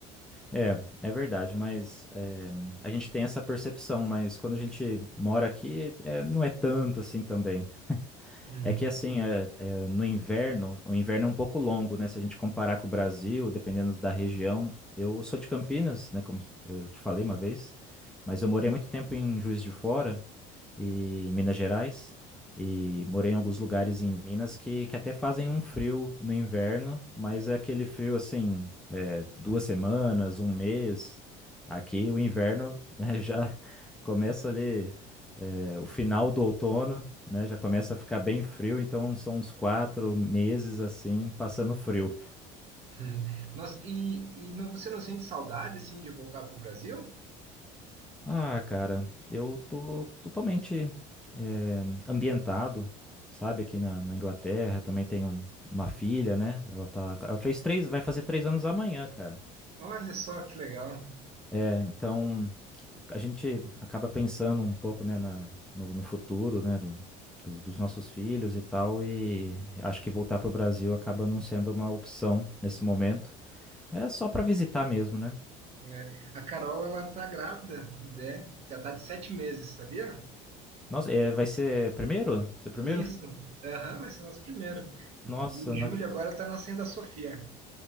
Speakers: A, in the centre; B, on the right.
A: É, é verdade, mas é, a gente tem essa percepção, mas quando a gente mora aqui, é, não é tanto assim também.
B: Hum,
A: É que assim, é- é, no inverno, o inverno é um pouco longo, né? Se a gente comparar com o Brasil, dependendo da região, eu sou de Campinas, né? Como eu te falei uma vez, mas eu morei muito tempo em Juiz de Fora e em Minas Gerais e morei em alguns lugares em Minas que, que até fazem um frio no inverno, mas é aquele frio assim, é, duas semanas, um mês. Aqui o inverno né, <laughs> já Começa ali, eh, o final do outono, né? Já começa a ficar bem frio, então são uns quatro meses assim, passando frio.
B: hum. Nossa, e, e não- você não sente saudade, assim, de voltar para o Brasil?
A: Ah, cara, eu tô totalmente eh, ambientado, sabe? Aqui na, na Inglaterra, também tenho uma filha, né? Ela tá, ela fez três, vai fazer três anos amanhã, cara.
B: Olha só que legal.
A: É, então a gente acaba pensando um pouco, né, na, no, no futuro, né, do, do- dos nossos filhos e tal, e acho que voltar para o Brasil acaba não sendo uma opção nesse momento. É só para visitar mesmo, né?
B: né? A Carol, ela tá grávida, né? Já tá de sete meses, sabia?
A: Nossa, é, vai ser primeiro? Seu primeiro?
B: Isso. Aham, vai ser nosso primeiro. Em
A: Nossa,
B: julho
A: na-
B: agora tá nascendo a Sofia.